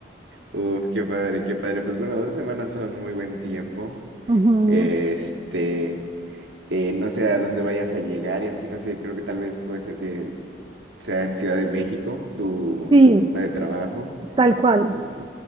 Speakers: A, on the right (about 80°); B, on the right (about 30°).
A: Uf, qué padre, qué padre. Pues bueno, dos semanas son muy buen tiempo.
B: Ujú.
A: Este, eh, no sé a dónde vayas a llegar y así, no sé, creo que tal vez puede ser que sea en Ciudad de México, tu,
B: Sí,
A: tu junta de trabajo.
B: tal cual,
A: Sí, sí, sí.